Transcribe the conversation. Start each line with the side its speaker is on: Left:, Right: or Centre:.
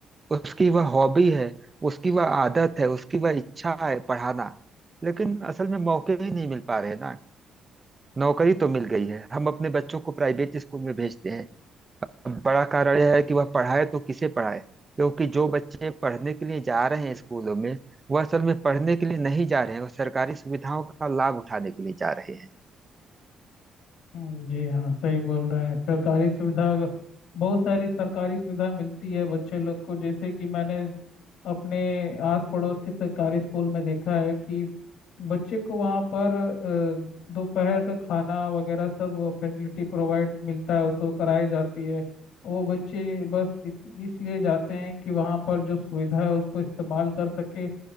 Right: उसकी वह हॉबी है उसकी वह आदत है उसकी वह इच्छा है पढ़ाना लेकिन असल में मौके ही नहीं मिल पा रहे ना नौकरी तो मिल गई है हम अपने बच्चों को प्राइवेट स्कूल में भेजते हैं अब बड़ा कारण यह है कि वह पढ़ाए तो किसे पढ़ाए क्योंकि जो बच्चे पढ़ने के लिए जा रहे हैं स्कूलों में वह असल में पढ़ने के लिए नहीं जा रहे हैं वह सरकारी सुविधाओं का लाभ उठाने के लिए जा रहे हैं
Left: हम्म, जी हाँ सही बोल रहे हैं सरकारी सुविधा बहुत सारी सरकारी सुविधा मिलती है बच्चे लोग को जैसे कि मैंने अपने आस पड़ोस के सरकारी स्कूल में देखा है कि बच्चे को वहाँ पर अ, दोपहर का खाना वगैरह सब फैसिलिटी प्रोवाइड मिलता है उसको कराई जाती है वो बच्चे बस इत- इसलिए जाते हैं कि वहाँ पर जो सुविधा है उसको इस्तेमाल कर सके